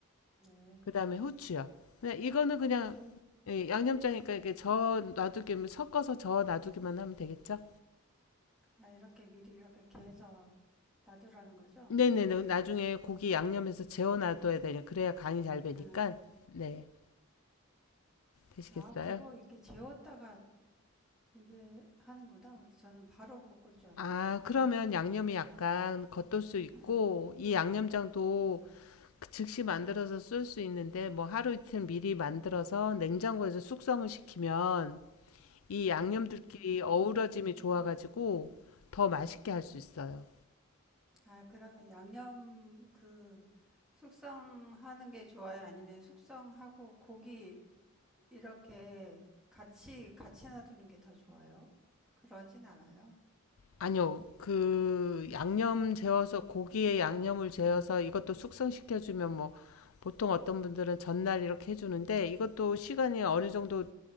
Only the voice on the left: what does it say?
그다음에 후추요. 그냥 이거는 그냥
예, 양념장이니까 이렇게 저 놔두기만 섞어서 저 놔두기만 하면 되겠죠?
네네네. 나중에 고기 양념해서 재워놔둬야 되요 그래야 간이 잘 배니까.
네. 되시겠어요?
아, 그러면 양념이 약간 겉돌 수 있고
이 양념장도 그 즉시 만들어서 쓸 수 있는데 뭐 하루 이틀 미리 만들어서 냉장고에서 숙성을 시키면 이 양념들끼리
어우러짐이 좋아가지고 더 맛있게 할 수 있어요.
아니요. 그 양념 재워서 고기에 양념을 재워서 이것도 숙성시켜 주면 뭐 보통 어떤 분들은 전날 이렇게 해 주는데 이것도 시간이 어느 정도